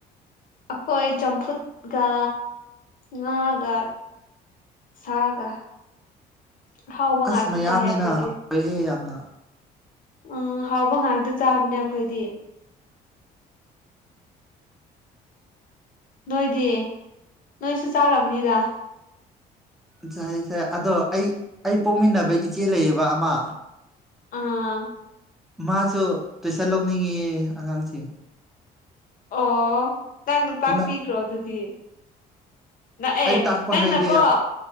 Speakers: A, on the left; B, in the centre.
A: ꯑꯩꯈꯣꯏ ꯆꯝꯐꯨꯠꯒ ꯉꯥꯒ ꯁꯥꯒ ꯑꯍꯥꯎꯕ ꯉꯥꯛꯇ
B: ꯑꯁ ꯃꯌꯥꯝꯅꯤꯅ
A: ꯆꯥꯏ ꯑꯩꯈꯣꯏꯗꯤ
B: ꯍꯥꯎꯋꯦꯍꯦ ꯌꯥꯝꯅ
A: ꯎꯝ ꯍꯥꯎꯕ ꯉꯥꯛꯇ ꯆꯥꯕꯅꯦ ꯑꯩꯈꯣꯏꯗꯤ ꯅꯣꯏꯗꯤ ꯅꯣꯏꯁꯨ ꯆꯥꯔꯝꯅꯤꯗ
B: ꯆꯥꯏ ꯆ ꯑꯗꯣ ꯑꯩ ꯑꯩ ꯄꯣꯛꯃꯤꯟꯅꯕ ꯏꯆꯦ ꯂꯩꯌꯦꯕ ꯑꯃ
A: ꯑꯥ
B: ꯃꯥꯁꯨ ꯇꯨꯏꯁꯟ ꯂꯧꯅꯤꯡꯉ‌ꯦꯌ‌ꯦ ꯑꯉꯥꯡꯁꯤꯡ
A: ꯑꯣ ꯅꯪꯅ ꯇꯥꯛꯄꯤꯈ꯭ꯔꯣ
B: ꯅꯪ
A: ꯑꯗꯨꯗꯤ ꯅꯛꯑꯦ
B: ꯑꯩ ꯇꯥꯛꯄ
A: ꯅꯪꯅꯀꯣ
B: ꯍꯥꯏꯗꯤ